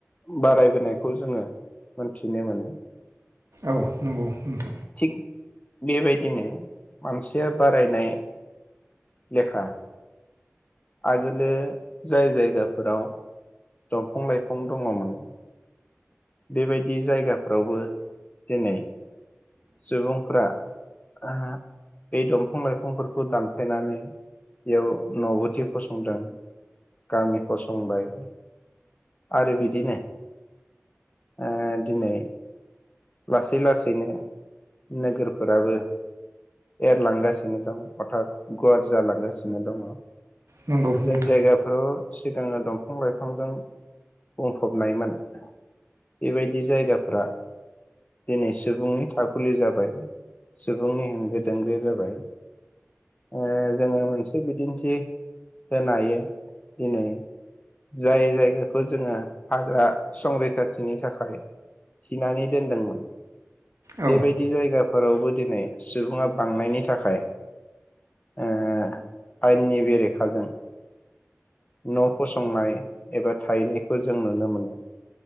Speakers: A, on the left (about 30°); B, on the right (about 80°).
A: बारायबोनायखौ जोङो थिनाय मोनो
B: औ नंगौ नोंथां
A: थिग बेबायदिनो मानसिया बारायनाय लेखा आगोलो जाय जायगाफोराव दंफां लाइफां दङमोन। बेबायदि जायगाफ्रावबो दिनै सुबुंफ्रा ओ बे दंफां लाइफांफोरखौ दानफ्लायनानै बेयाव न' बथि फसंदों गामि फसंबाय आरो बिदिनो ओ दिनै लासै लासैनो नोगोरफोराबो एरलांगासिनो दं अर्थात गुवार जालांगासिनो दङ।
B: नंगौ
A: जाय
B: नोंथां
A: जायगाफोराव सिगाङो दंफां लाइफांजों बुंफबनायमोन बेबायदि जायगाफ्रा दिनै सुबुंनि थाखुलि जाबाय सुबुंनि हेंगो दोंगो जाबाय ओ जोङो मोनसे बिदिन्थि होनो हायो दिनै जाय जायगाखौ जोङो हाग्रा संरैखाथिनि थाखाय थिनानै देनदोंमोन
B: औ
A: बेबायदि जायगा फोरावबो दिनै सुबुङा बांनायनि थाखाय ओ आयेननि बेरेखाजों न' फसंनाय एबा थाहैनायखौ जों नुनो मोनो।